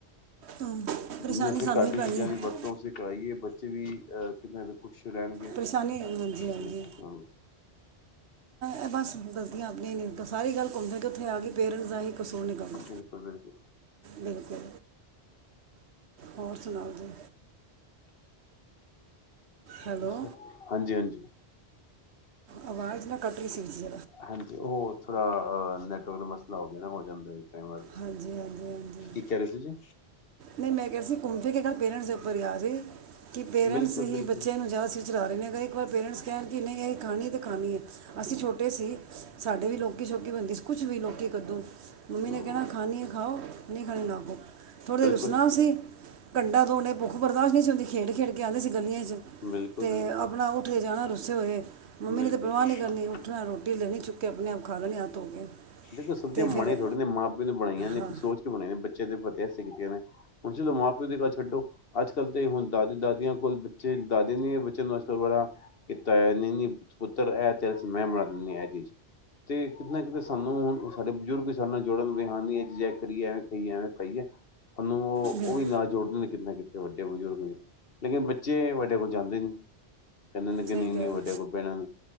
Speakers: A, on the right (about 75°); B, on the left (about 60°).
A: ਹਮ, ਪਰੇਸ਼ਾਨੀ
B: ਜਿੰਨੇ ਅਸੀਂ
A: ਸਾਨੂੰ ਹੀ ਪੈਣੀ
B: ਚੀਜ਼ਾਂ
A: ਹੈ
B: ਦੀ ਵਰਤੋਂ ਅਸੀਂ ਕਰਵਾਈਏ ਬੱਚੇ ਵੀ ਅਹ ਕਿੰਨਾ ਖੁਸ਼ ਰਹਿਣਗੇ
A: ਪਰੇਸ਼ਾਨੀ ਹਾਂਜੀ
B: ਅਸੀਂ
A: ਹਾਂਜੀ
B: ਵੀ ਠੀਕ ਰਹਾਂਗੇ
A: ਇਹ ਬਸ ਗਲਤੀਆਂ ਆਪਣੀਆਂ ਨੇ ਸਾਰੀ ਗੱਲ ਘੁੰਮ <unintelligible> ਦੇ ਕੇ ਉੱਥੇ ਆ ਗਈ ਪੇਰੈਂਟਸ ਦਾਸੀ ਕਸੂਰ ਨਿਕਲਦਾ
B: ਬਿਲਕੁਲ ਬਿਲਕੁਲ
A: ਬਿਲਕੁਲ ਹੋਰ ਸੁਣਾਓ ਜੀ ਹੈਲੋ
B: ਅੱਛਾ ਹਾਂਜੀ ਹਾਂਜੀ
A: ਆਵਾਜ਼ ਨਾ ਕੱਟ ਰਹੀ ਸੀ ਸੀ
B: ਹਾਂਜੀ ਉਹ ਥੋੜਾ ਅ ਨੈਟਵਰਕ ਦਾ ਮਸਲਾ ਹੋ ਗਿਆ ਨਾ ਹੋ ਜਾਂਦਾ ਹੈ
A: ਹਾਂਜੀ ਹਾਂਜੀ ਹਾਂਜੀ
B: ਕੀ ਕਹਿ ਰਹੇ ਸੀ ਜੀ
A: ਨਹੀਂ ਮੈਂ ਕਿਹਾ ਸੀ ਘੁੰਮ ਫਿਰ ਕੇ ਗੱਲ ਪੇਰੈਂਟਸ ਦੇ ਉੱਤੇ ਫਰਿਆ ਦੇ <unintelligible> ਕਿ ਪੇਰੈਂਟਸ
B: ਬਿਲਕੁਲ
A: ਹੀ
B: ਬਿਲਕੁਲ
A: ਬੱਚਿਆਂ ਨੂੰ ਜਾਚ ਵਿਚਲਾਾ ਰਹੇ ਨੇਗਾ <unintelligible> ਇੱਕ ਵਾਰ ਪੇਰੈਂਟਸ ਕਹਿਣ ਕਿ ਨਹੀਂ ਅਸੀਂ ਖਾਣੀ ਅਤੇ ਖਾਨੀ ਅਸੀਂ ਛੋਟੇ ਸੀ ਸਾਡੇ ਵੀ ਲੋਕੀ ਸ਼ੌਕੀ। ਬਣਦੀ ਸੀ ਕੁਛ ਵੀ ਲੋਕੀ ਕੱਦੋਂ ਮੰਮੀ
B: ਹਮ
A: ਨੇ ਕਹਿਣਾ ਖਾਣੀ ਖਾਓ ਨਹੀਂ ਖਾਣੀ ਨਾ ਖਾਓ ਤੇ
B: ਬਿਲਕੁਲ
A: ਰੂਸਨਾ ਅਸੀ ਕ <unintelligible> ਦੋ, ਔਨੇ ਪੂਖ ਬਰਦਾਸ਼ ਨਹੀ ਹੂਦੀ ਸੀ, ਖੇਡ ਖੇਡ ਕੇ ਆਂਦੇ ਸੀ ਗਲੀਆਂ ਵਿੱਚ,
B: ਬਿਲਕੁਲ
A: ਤੇ
B: ਬਿਲਕੁਲ
A: ਆਪੇ ਉਥੇ ਜਾਣਾ ਰੂਸੇ ਹੋਏ, ਮੰਮੀ
B: ਬਿਲਕੁਲ
A: ਨੇ ਤੇ ਪਰਵਾਹ
B: ਬਿਲਕੁਲ
A: ਨਹੀਂ ਕਰਨੀ ਉੱਠਦਾ ਰੋਟੀ ਲੈਣੀ ਚੁੱਕ ਕੇ ਆਪਣੇ ਆਪ ਖਾ ਲੈਣੀ ਹੱਥ ਧੋ ਕੇ
B: ਦੇਖੋ ਸਬਜ਼ੀਆਂ
A: ਤੇ
B: ਮਾੜੀ
A: ਫਿਰ
B: ਥੋੜ੍ਹੀ ਨੇ ਮਾਂ ਪਿਓ ਨੇ ਬਣਾਈਆਂ ਨੇ
A: ਹਾਂ
B: ਸੋਚ ਕੇ ਬਣਾਈ ਨੇ ਬੱਚਿਆਂ ਦੇ ਪਤਾ ਕੀਤੀਆਂ ਨੇ ਹੁਣ ਚਲੋ ਮਾਂ ਪਿਓ ਦੀ ਗੱਲ ਛੱਡੋ ਅੱਜ ਕੱਲ ਤੇ ਹੁਣ ਦਾਦੀ ਦਾਦੀਆਂ ਕੋਲ ਬੱਚੇ ਦਾਦੀ ਨੇ ਬੱਚਿਆਂ ਨੂੰ ਅੱਜਕਲ ਬੜਾ ਕੀਤਾ ਨ ਪੁੱਤਰ ਐ ਤੇ ਮੈਂ ਬਣਾ ਦਿੰਦੀ ਤੇ ਕਿਤੇ ਨਾ ਕਿਤੇ ਸਾਨੂੰ ਹੁਣ ਸਾਡੇ ਬਜ਼ੁਰਗ ਵੀ ਸਾਡੇ ਨਾਲ ਜੁੜਨ ਵਿਹ ਕਰੀਏ ਐਵੇਂ ਖਾਈਏ ਐਵੇਂ ਖਾਈਏ ਸਾਨੂੰ ਉਹ
A: ਬਿਲ-
B: ਉਹ ਵੀ ਨਾਲ ਜੋੜਦੇ ਨੇ ਕਿਤੇ ਨਾ ਕਿਤੇ ਅਤੇ ਵੱਡੇ ਬਜ਼ੁਰਗ ਵੀ ਲੇਕਿਨ ਬੱਚੇ ਵੱਡੇ ਕੋਲ ਜਾਂਦੇ ਨਹੀਂ ਕਹਿੰਦੇ ਨ
A: ਸਹੀ
B: ਨਹੀਂਨੀ
A: ਗੱਲ
B: ਵੱਡੇ ਕੋਈ ਪੈਣਾ ਨ